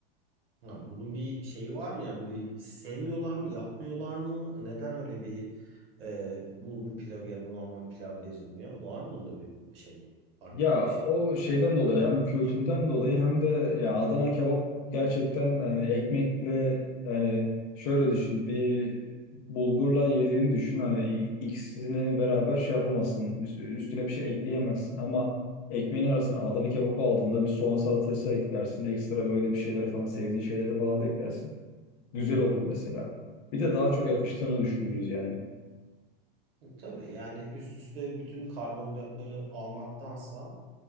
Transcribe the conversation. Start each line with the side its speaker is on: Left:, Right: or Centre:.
Right: Ya bunun bir şeyi var mı yani bir sevmiyorlar mı yapmıyorlar mı neden öyle bir e, bulgur pilavı ya da normal pilav verilmiyor var mı bunda bir şey arkada
Left: Ya
Right: bir şey
Left: o şeyden dolayı hem kültürden dolayı hem de ya Adana kebap gerçekten hani ekmekle yani şöyle düşün bir bulgurla yediğini düşün hani i- ikisini beraber şey yapamazsın üst- üstüne bir şey ekleyemezsin ama ekmeğin arasına Adana kebabı aldığında bir soğan salatası eklersin ekstra böyle bir şeyler falan sevdiğin şeyleri falan da eklersin. Güzel olur mesela. Bir de daha çok yakıştığını düşünürüz yani.
Right: E, tabii yani üst üste bütün karbonhidratları almaktansa